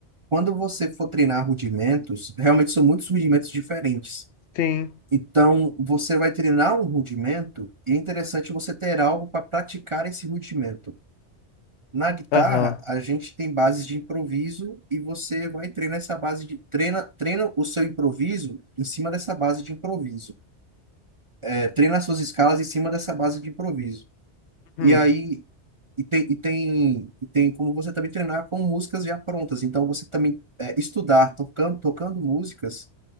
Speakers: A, on the right; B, on the left.
A: quando você for treinar rudimentos, realmente são muitos rudimentos diferentes.
B: Sim.
A: Então, você vai treinar um rudimento e é interessante você ter algo para praticar esse rudimento. Na guitarra,
B: Aham.
A: a gente tem bases de improviso e você vai treinar essa base de treina, treina o seu improviso em cima dessa base de improviso. É, treina as suas escalas em cima dessa base de improviso.
B: Hum.
A: E aí e tem, e tem, e tem como você também treinar com músicas já prontas. Então, você também é, estudar tocando, tocando músicas